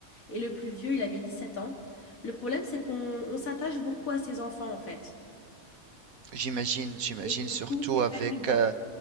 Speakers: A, on the left; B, on the right.
A: Et le plus vieux, il avait 17 ans. Le problème, c'est qu'on on s'attache beaucoup à ses enfants, en fait.
B: J'imagine, j'imagine
A: Et
B: surtout
A: du coup, c'est pas
B: avec...
A: évident.
B: euh,